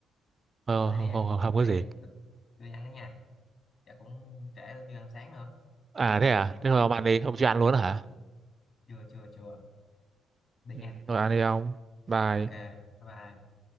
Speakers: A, on the right; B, on the left.
A: ờ,
B: tôi đi
A: không,
B: ăn
A: không, không, không
B: tôi
A: có
B: đi
A: gì
B: ăn tôi, tôi đi ăn đó nhà chắc cũng trễ tôi chưa ăn sáng nữa
A: À thế à? Thế thôi ông ăn đi, ông chưa ăn luôn hả?
B: chưa chưa chưa đi nha
A: Ừ, thôi ăn đi ông. Bye.
B: ok bye bye